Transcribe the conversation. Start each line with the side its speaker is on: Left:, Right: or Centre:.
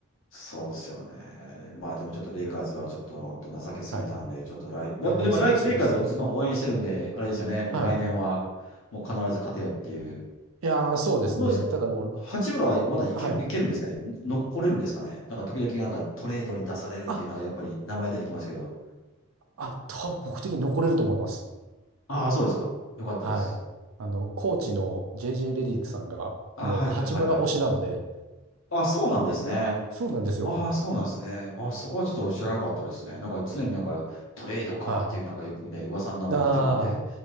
Left: そうですよね。まあでもちょっとレイカーズはちょっと本当情けすぎたんで、
Right: はい。
Left: ちょっと来、までも来レイカーズはの応援してるんで、
Right: えー、そ、そうですね。
Left: あれですよね。もう来年はもう必ず勝てよっていう。
Right: はい。いやー、そうですね。
Left: どうですか八村はまだいける、
Right: ただもう、はい。
Left: いけるんですかね残れるんですかねなんか時々なんかトレードに出されるっていうのがやっぱり名前出てきますけど。
Right: あ、あ、多分僕的に残れると思います。
Left: ああ、そうですか。よかったです。
Right: はい。あの、コーチの JJ レディックさんが、
Left: あ、
Right: もう八村推しなので、
Left: はいはいはいはい。あ、そうなんですね。
Right: そうなんですよ。
Left: ああ、そうなんですね。あ、そこはちょっと知らなかったですね。なんか常になんかトレードかっていうなんかよくね、
Right: はい。
Left: 噂の名前出てくるんで、
Right: ああ、